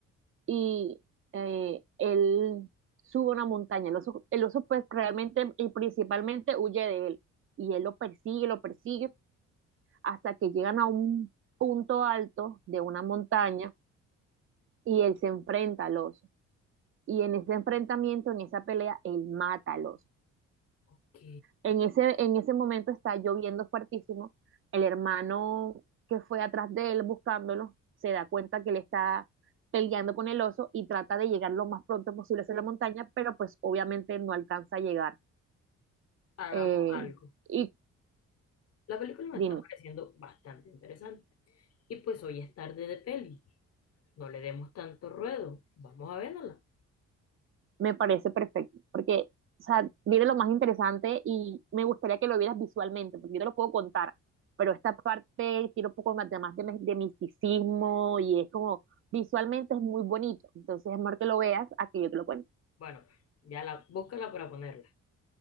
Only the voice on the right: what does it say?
y eh, él sube una montaña. El oso, el oso pues realmente y principalmente huye de él. Y él lo persigue, lo persigue, hasta que llegan a un punto alto de una montaña y él se enfrenta al oso. Y en ese enfrentamiento, en esa pelea, él mata al oso
En ese, en ese momento está lloviendo fuertísimo. El hermano que fue atrás de él buscándolo se da cuenta que él está peleando con el oso y trata de llegar lo más pronto posible hacia la montaña, pero pues obviamente no alcanza a llegar.
Eh,
y
dime,
me parece perfecto, porque, o sea, viene lo más interesante y me gustaría que lo vieras visualmente, porque yo te lo puedo contar, pero esta parte tiene un poco más de, más de, de misticismo y es como, visualmente es muy bonito, entonces es mejor que lo veas a que yo te lo cuente.